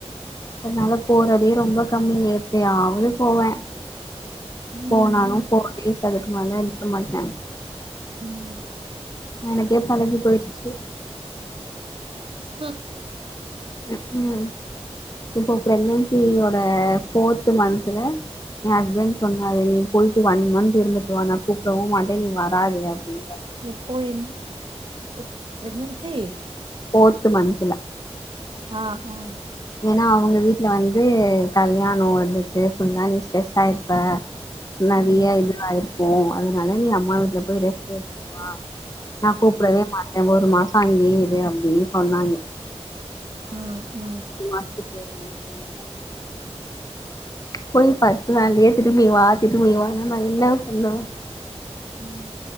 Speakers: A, on the left; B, on the right.
A: அதனால போறதே ரொம்ப கம்மிங்க எப்பையாவ்து போவே
B: ம்
A: போனாலு போஃர் டேஸ் அதுக்கு மேல இருக்க மாட்டே
B: ம்
A: எனக்கே பழகி போயிருச்சு
B: ஸ்னு
A: ம்கூம் இப்போ ப்ரெக்னென்சியோட ஃபோர்து மந்த்ல என் ஹஸ்பண்ட் சொன்னாரு நீ போயிட்டு ஒன் மந்த் இருந்துட்டுவா நா கூப்டவு மாட்டே நீ வராத அப்டின்
B: எப்போ என் எப் ப்ரெக்னன்சி
A: ஃபோர்த்து மந்துல
B: ஆ ஆ
A: ஏன்னா அவுங்க வீட்டுல வந்து கல்யாணோ இருந்துச்சு ஃபுல்லா நீ ஸ்ட்ரெஸ் ஆயிருப்ப நறைய
B: ம்
A: இது ஆயிருக்கூ அதனால நீ அம்மா வீட்டுல போய் ரெஸ்ட் எடுத்துட்டு வா நா கூப்டவே
B: ம்
A: மாட்டே ஒரு மாசோ அங்கேயே இரு அப்டின்னு சொன்னாங்க
B: அ அ
A: மாஸ்துக்கு தேவையான <unintelligible> போய் பத்துனாள்ளயே திரும்பி வா திரும்பி வானா நா என்னா பண்ணுவ
B: ம்